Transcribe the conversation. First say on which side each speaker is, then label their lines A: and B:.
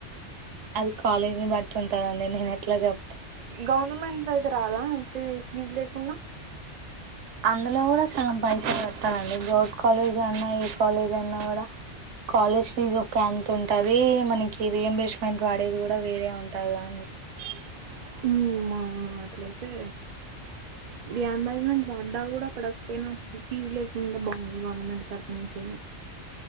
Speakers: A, on the right (about 80°); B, on the right (about 55°).
A: అది కాలేజీ ని బట్టి ఉంటదండి నేను ఎట్లా చెప్తా
B: గవర్నమెంటదైతే రాదా ఫ ఫీజు లేకుండా
A: అందులో కూడా సగం పైసలు కట్టాలండి గర్ల్స్ కాలేజ్ అన్నా ఈ కాలేజ్ అన్నా కూడా కాలేజ్ ఫీజ్ ఒక ఎంత ఉంటది మనకి రియంబర్స్మెంట్ వాడేది కూడా వేరే ఉంటాది కదండీ
B: అ మ్మ్ అవును అట్లయితే రియాంబర్జమెంట్ వద్ద కూడా పడకపోయినా ఫీజ్ లేకుండా బాగుంది గవర్నమెంట్ తరఫు నుంచినా అ